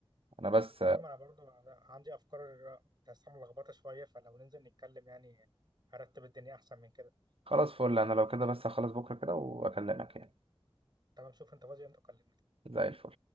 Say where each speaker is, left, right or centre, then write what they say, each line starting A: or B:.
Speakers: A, on the right; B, on the right.
A: أنا بس
B: تمام انا برضو عندي افكار تحسها ملخبطه شويه فلو ننزل نتكلم يعني هرتب الدنيا احسن من كده
A: خلاص فل أنا لو كده بس هخلص بكرة كده وأكلمك يعني
B: تمام شوف انت فاضي امتى كلمني
A: زي الفل